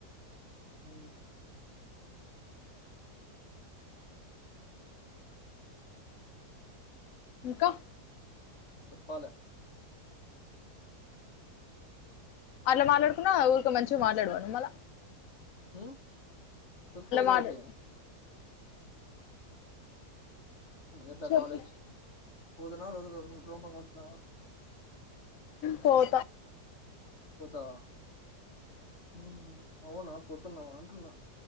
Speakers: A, on the left; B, on the left.
A: అ
B: ఇంకా
A: చెప్పాల
B: అట్లా మాట్లాడుకున్నా ఊరికో మంచిగా మాట్లాడవానుమళ
A: హ తుప్పే చోటే
B: మాట్లా
A: ఎలా
B: చెప్పు
A: కాాలేజ్ పోదునాళ రో భగుతున్నావా
B: పోతా
A: పోతవా హ అవునా పొద్తున్నావా అంటున్నా